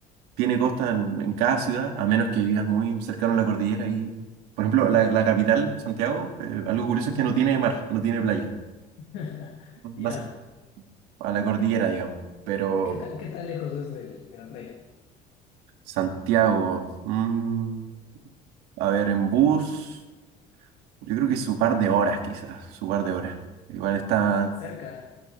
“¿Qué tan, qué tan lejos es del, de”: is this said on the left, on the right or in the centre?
Left